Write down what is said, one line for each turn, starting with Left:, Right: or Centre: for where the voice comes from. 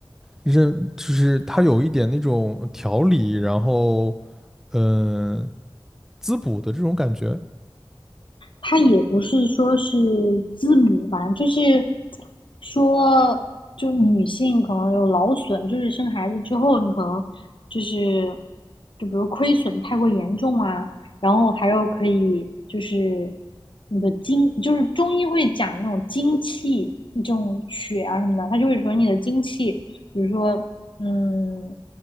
Centre: 认就是它有一点那种调理，然后嗯、呃滋补的这种感觉。
Left: 他也不是说是滋补吧，就是说，就女性可能有劳损，就是生孩子之后，你可能就是就比如亏损太过严重啊，然后还有可以就是你的精，就是中医会讲那种精气这种血啊什么的，他就会说你的精气比如说，嗯，